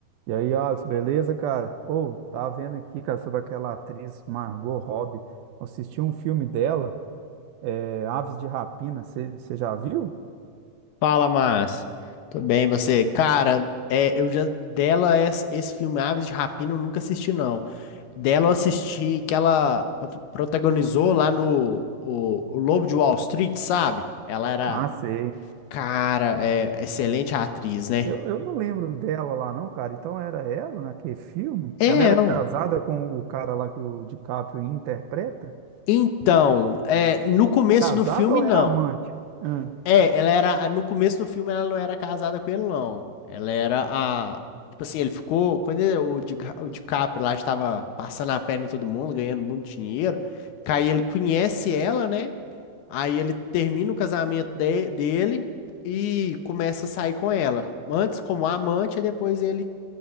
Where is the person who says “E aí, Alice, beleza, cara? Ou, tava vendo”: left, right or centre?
Right